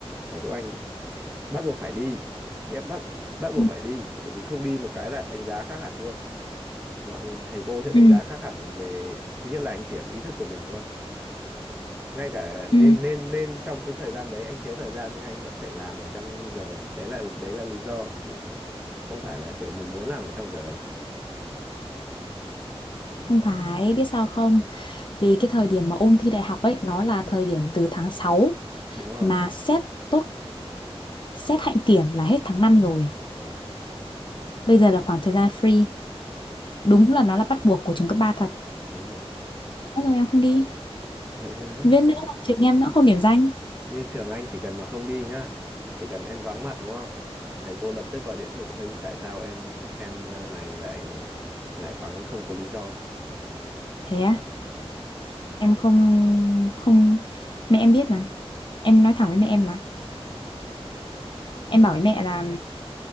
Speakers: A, on the right (about 15°); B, on the left (about 50°).
A: ở chỗ anh bắt buộc phải đi nghĩa bắt bắt buộc
B: ừ,
A: phải đi bởi vì không đi một cái là đánh giá khác hẳn luôn mọi thầy cô sẽ đánh
B: ừ,
A: giá khác hẳn về thứ nhất là anh kiểm ý thức của mình luôn ngay cả nên
B: ừ.
A: nên nên trong cái thời gian đấy anh thiếu thời gian nhưng anh vẫn phải làm ở trong giờ đấy là đấy là lý do chứ không không phải là kiểu mình muốn làm ở trong giờ
B: không phải biết sao không vì cái thời điểm mà ôn thi đại học ấy nó là thời điểm từ tháng sáu
A: đúng rồi
B: mà xét tốt xét hạnh kiểm là hết tháng 5 rồi
A: ờ
B: bây giờ là khoảng thời gian free đúng là nó là bắt buộc của trường cấp 3 thật
A: đúng rồi
B: Thế rồi em không đi
A: ở thế đấy
B: viết nữa là trường em nó không điểm danh
A: Như trường anh chỉ cần mà không đi nhá, chỉ cần em vắng mặt đúng không? Thầy cô lập tức gọi điện cho phụ huynh tại sao em em à, này lại lại vắng không có lý do.
B: thế á
A: Đó. ờ.
B: em không không mẹ em biết mà em nói thẳng với mẹ em mà
A: Ừ.
B: em bảo với mẹ là